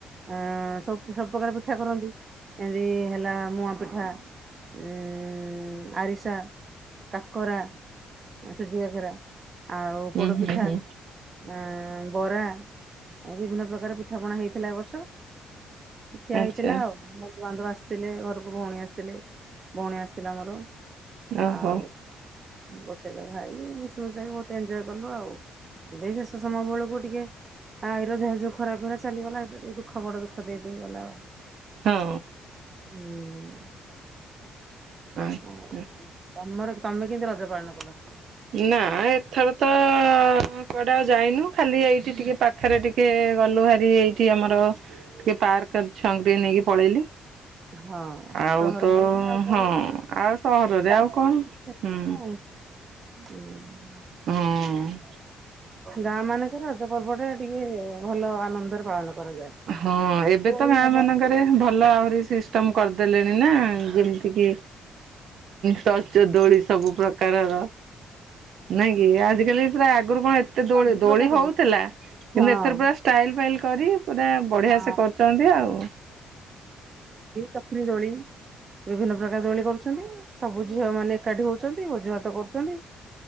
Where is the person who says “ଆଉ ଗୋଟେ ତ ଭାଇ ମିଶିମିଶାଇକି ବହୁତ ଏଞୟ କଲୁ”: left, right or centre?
Right